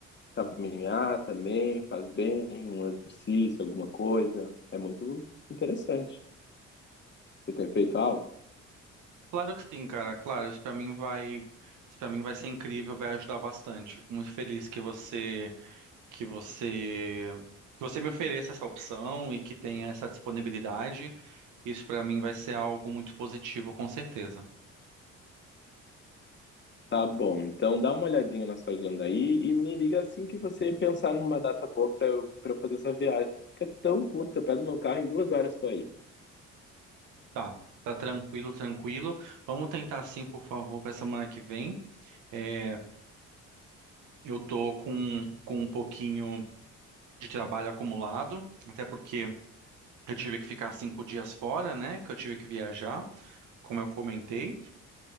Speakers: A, on the left (about 35°); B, on the right (about 85°).
A: caminhar também, faz bem, um exercício, alguma coisa. É muito interessante. Você tem feito algo?
B: Claro que sim, cara. Claro, isso para mim vai, isso para mim vai ser incrível, vai ajudar bastante. Fico muito feliz que você, que você, que você me ofereça essa opção e que tenha essa disponibilidade. Isso pra mim vai ser algo muito positivo, com certeza.
A: Tá bom, então dá uma olhadinha na sua agenda aí e me liga assim que você pensar numa data boa pra eu, pra eu fazer essa viagem. Que é tão curta, eu pego meu carro em duas horas, tô aí,
B: Tá, tá tranquilo, tranquilo. Vamos tentar sim, por favor, para semana que vem. É, eu tô com, com um pouquinho de trabalho acumulado, até porque eu tive que ficar cinco dias fora, né? Que eu tive que viajar, como eu comentei.